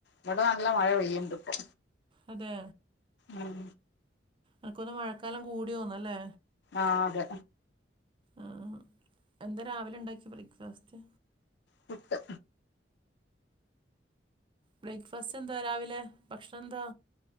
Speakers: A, on the left (about 65°); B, on the right (about 30°).
A: ഇവടെ നല്ല മഴ പെയ്യണ്ട് ഇപ്പൊ
B: അതെ
A: ഉം
B: അൻക്ക്ഓന്ന് മഴക്കാലം കൂടിയോന്നല്ലേ
A: ആഹ് അതെ
B: ആഹ് എന്താ രാവിലെ ഇണ്ടാക്കിയെ ബ്രേക്ക്ഫാസ്റ്റ്
A: പുട്ട്
B: ബ്രേക്ക്ഫാസ്റ്റ് എന്താ രാവിലെ ഭക്ഷണം എന്താ